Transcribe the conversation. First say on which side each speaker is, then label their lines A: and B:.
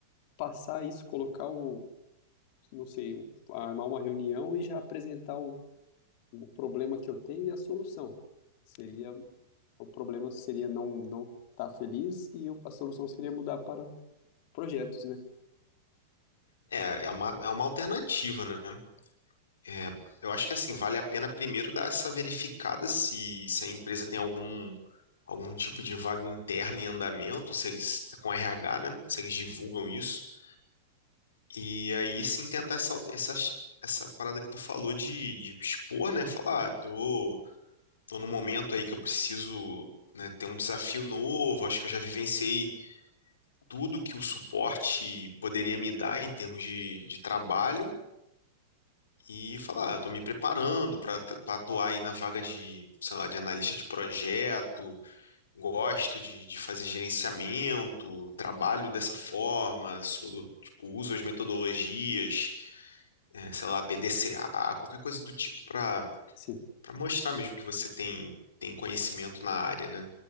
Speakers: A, on the left; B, on the left.
A: passar isso, colocar o, não sei, o- armar uma reunião e já apresentar um, o problema que eu tenho e a solução. Seria, o problema seria não não estar feliz e eu- a solução seria mudar para projetos, né?
B: É, é uma, é uma alternativa, né? É, eu acho que assim, vale a pena primeiro dar essa verificada se, se a empresa tem algum, algum tipo de vaga interna em andamento, se eles, é com RH, né? Se eles divulgam isso. E aí sim tentar essa, essa, essa parada que tu falou de, de expor, né? Falar, ah, tô Estou num momento aí que eu preciso, né, ter um desafio novo. Acho que eu já vivenciei tudo que o suporte poderia me dar em termos de, de trabalho e falar, estou me preparando para atuar aí na vaga de, sei lá, de analista de projeto. Gosto de, de fazer gerenciamento, trabalho dessa forma, sou, tipo, uso as metodologias, eh, sei lá, PDCA, qualquer coisa do tipo para
A: Sim,
B: para mostrar mesmo que você tem, tem conhecimento na área, né?